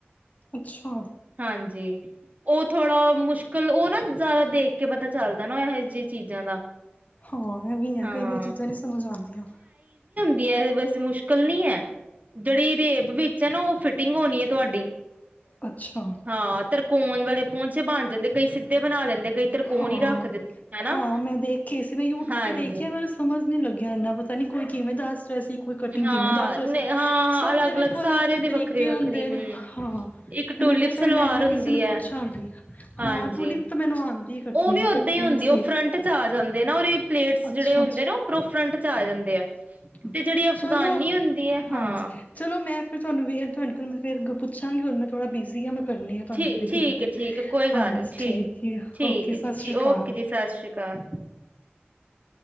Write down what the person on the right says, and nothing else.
ਹਾਂਜੀ ਉਹ ਥੋੜਾ ਮੁਸ਼ਕਿਲ। ਉਹ ਨਾ ਜ਼ਿਆਦਾ ਦੇਖ ਕੇ ਪਤਾ ਚੱਲਦਾ ਨਾ ਇਹੋ ਜਿਹੀ ਚੀਜ਼ਾਂ ਦਾ।
ਹਾਂ
<unintelligible> ਬਸ ਮੁਸ਼ਕਿਲ ਨਹੀਂ ਹੈ। ਜਿਹੜੀ ਰੇਬ ਵਿੱਚ ਹੈ ਨਾ ਉਹ ਫਿਟਿੰਗ ਹੋਣੀ ਹੈ ਤੁਹਾਡੀ।
ਹਾਂ, ਤ੍ਰਿਕੋਣ ਵਾਲੇ ਪਹੁੰਚੇ ਬਣ ਜਾਂਦੇ। ਕਈ ਸਿੱਧੇ ਬਣਾ ਲੈਂਦੇ। ਕਈ ਤਿਰਕੋਣ
ਹੀ ਰੱਖ ਦਿੰ ਹਨਾ
ਹਾਂਜੀ
ਹਾਂ
ਹਾਂ
ਹਾਂ
ਅਲੱਗ
ਅਲੱਗ ਸਾਰੇ
ਦੀ
ਵੱਖਰੀ ਵੱਖਰੀ
ਹੂੰ
ਇੱਕ
ਟੂਲਿਪ
ਸਲਵਾਰ
ਹੁੰਦੀ
ਹੈ ਹਾਂਜੀ
ਉਹ ਵੀ
ਓਦਾਂ
ਹੀ ਹੁੰਦੀ
ਹੈ ਉਹ ਫਰੰਟ ਚ ਆ ਜਾਂਦੇ ਨਾ ਪਲੇਟਸ
ਜਿਹੜੇ ਹੁੰਦੇ ਨਾ ਫਰੰਟ ਚ ਆ ਜਾਂਦੇ ਆ।
ਤੇ ਜਿਹੜੀ ਅਫਗਾਨੀ
ਹੁੰਦੀ ਹੈ ਹਾਂ
ਠੀ
ਠੀਕ
ਹੈ ਠੀਕ ਹੈ ਕੋਈ
ਗੱਲ ਨੀ
ਠੀਕ
ਹੈ ਜੀ
ਠੀਕ,
ਓਕੇ ਜੀ ਸਤਿ ਸ਼੍ਰੀ ਅਕਾਲ